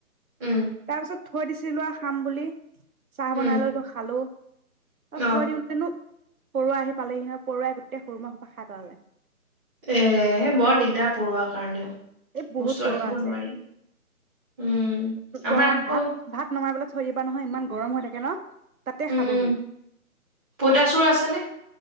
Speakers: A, in the centre; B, on the right (about 65°).
A: উম
B: তাৰপিছত থৰি দি লোৱা খাম বুলি চাহ
A: উম
B: বনালো, খালো। বচ
A: অ
B: থৈ দিও উননো পৰুৱা আহি পালেহি নহয়। পৰুৱাই গোটেই সৰু মাহ সোপা খাই পেলালে।
A: এ বৰ দিগদাৰ পৰুৱ কাৰণেও।
B: এই বহুত
A: বস্তু
B: পৰুৱা
A: ৰাখিব
B: আছে।
A: নোৱাৰি উম আমাৰ
B: গৰম
A: আকৌ
B: ভাত ভাত নমাবলৈ থৈ দিবা নহয় ইমান গৰম হৈ থাকে ন? তাতে
A: উম
B: খাবহি
A: উম, পইতাচোৰা আছেনে?